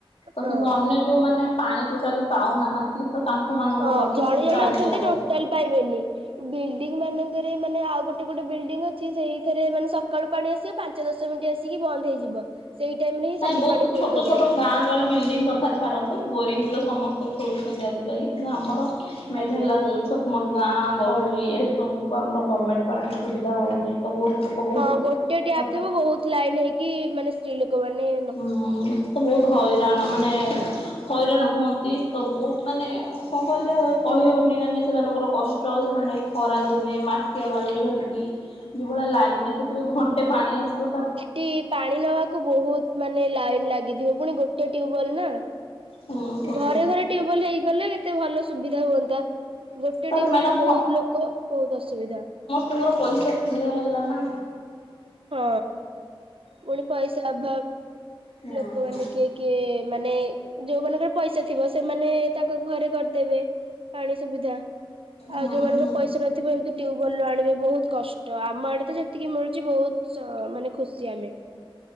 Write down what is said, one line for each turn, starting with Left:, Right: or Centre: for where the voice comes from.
Left: ତ
Right: ହଁ।
Left: କିନ୍ତୁ ଅନ୍ୟ ଯୋଉମାନେ ପାଣି ଟୋଟାଲି ପାଉନାହାନ୍ତି ତ ତାଙ୍କ ମାନଙ୍କ
Right: ହଁ
Left: ପାଖକୁ
Right: ଜଣେ
Left: ବି
Right: ଜଣେ
Left: ପାଣି
Right: ଅଛନ୍ତି
Left: ଟା ଯାଉ
Right: ଟୋଟାଲ ପାଇବେନି ବିଲ୍ଡିଂ ମାନଙ୍କରେ ମାନେ ଆଉ ଗୋଟେ ଗୋଟେ ବିଲ୍ଡିଙ୍ଗ ଅଛି ସେଇଥିରେ ମାନେ ସକାଳୁ ପାଣି ଆସିବ ପାଞ୍ଚ ଦଶ ମିନିଟ୍ ଆସିକି ବନ୍ଦ ହେଇଯିବ ସେଇ ଟାଇମ୍ ରେ ହିଁ
Left: ନାଇଁ
Right: ସବୁ
Left: ବହୁତ
Right: ପାଣି ଫୁଲ
Left: ଛୋଟ
Right: କରିବା
Left: ଛୋଟ
Right: କଥା।
Left: ଗାଁ ଗହଳି ବିଲ୍ଡିଂ କଥା ଛାଡ଼ ବୋରିଂ ତ ସମସ୍ତେ ଖୋଳୁଛନ୍ତି ଆଜିକାଲି କିନ୍ତୁ ଆମର ମେନ୍
Right: ଆଜ୍ଞା।
Left: ହେଲା ଯଉ ବଟ୍ ଗାଁ ଗହଳି ଏସବୁକୁ ଆମର ଗର୍ଣ୍ଣମେଣ୍ଟ ପାଣି ସୁବିଧା ହେଉନି ତ ବହୁତ ଲୋକ ବହୁତ
Right: ହଁ ଗୋଟିଏ ଟ୍ୟାପ୍ ଥିବ ବହୁତ ଲାଇନ୍ ହେଇକି ମାନେ ସ୍ତ୍ରୀ ଲୋକ ମାନେ
Left: ହୁଁ ତ ବହୁତ ହଇରାଣ ମାନେ ହଇରାଣ ହୁଅନ୍ତି ତ ବହୁତ ମାନେ କଣ କହିଲ କହିହଉନି ମାନେ ସେମାନଙ୍କର କଷ୍ଟ ସେମାନେ ଖରା ଦିନେ ମା ମାଠିଆ ବାଲ୍ଟି ଧରିକି ଯଭଳିଆ ଲାଇନ୍ ନେଟ ଥିବେ ଘଣ୍ଟେ ପାଣି ଆସିବ ତା
Right: କି ପାଣି ନବାକୁ ବହୁତ ମାନେ ଲାଇନ୍ ଲାଗିଥିବ ପୁଣି ଗୋଟେ ଟ୍ୟୁବଲ ନା
Left: ହୁଁ ହୁଁ
Right: ଘରେ ଘରେ ଟ୍ୟୁବଲ ହେଇଗଲେ କେତେ ଭଲ ସୁବିଧା ହୁଅନ୍ତା ଗୋଟେ
Left: ତାପରେ
Right: ଟ୍ୟୁବଲ
Left: ମ୍ୟାଡାମ
Right: କୁ ବହୁତ ଲୋକ ବହୁତ ଅସୁବିଧା
Left: ତମର ପଇସା ଥିଲେ ହେଲା ନା
Right: ହଁ ପୁଣି ପଇସା ଅଭାବ
Left: ହୁଁ
Right: ଲୋକମାନେ
Left: ହୁଁ
Right: କିଏ କିଏ ମାନେ ଯୋଉମାନଙ୍କର ପଇସା ଥିବ ସେମାନେ ତାଙ୍କ ଘରେ କରିଦେବେ ପାଣି ସୁବିଧା ଆଉ
Left: ହୁଁ
Right: ଯୋଉମାନଙ୍କର
Left: ହୁଁ
Right: ପଇସା ନଥିବ ଏମିତି ଟ୍ୟୁବଲ ରୁ ଆଣିବେ ବହୁତ କଶ୍ ତ ଆମ ଆଡେ ତ ଯେତିକି ମିଳୁଛି ବହୁତ ମାନେ ଖୁସି ଆମେ